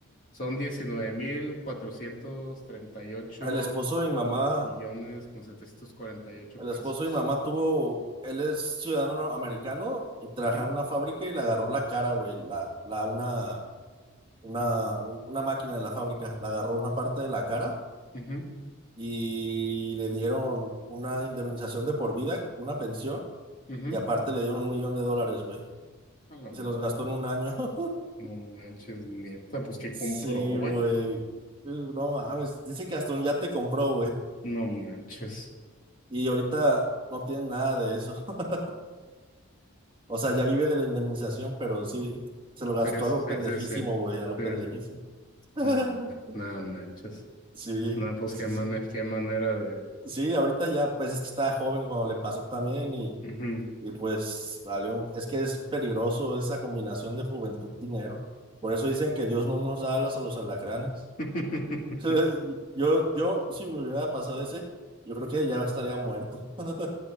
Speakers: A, on the left (about 40°); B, on the right (about 25°).
A: Son diecinueve mil cuatrocientos treinta y ocho
B: El esposo de mi mamá,
A: millones con 748
B: el
A: pesos.
B: esposo de mi mamá tuvo, él es ciudadano no- americano y trabajaba
A: Ujú,
B: en una fábrica y le agarró la cara, güey, la, la, una, una, un- una máquina de la fábrica, le agarró una parte de la cara
A: ujú,
B: y le dieron una indemnización de por vida, una pensión
A: ujú.
B: Y aparte le dieron un millón de dólares, güey.
A: A la
B: Y se
A: madre.
B: los gastó en un año. <laughs>
A: No manches, neta, pues que
B: Sí,
A: compró, güey.
B: güey. No mames. Dice que hasta un yate compró, güey.
A: No manches.
B: Y ahorita no tiene nada de eso. <laughs> O sea, ya vive de la indemnización, pero sí, se lo gastó
A: Sí, sí,
B: a lo pendejísimo,
A: sí, sí.
B: güey, a lo
A: Sí,
B: pendejísimo.
A: sí.
B: <laughs>
A: No, ma- no manches.
B: Sí,
A: No, pues
B: sí,
A: qué manera,
B: sí.
A: qué manera de.
B: Sí, ahorita ya, pues es que estaba joven cuando le pasó también y,
A: Ujú.
B: y pues valió. Es que es peligroso esa combinación de juventud y dinero. Por eso dicen que Dios no nos da alas a los alacranes.
A: <laughs>
B: <laughs> Yo, yo, si me hubiera pasado ese, yo creo que ya estaría muerto. <laughs>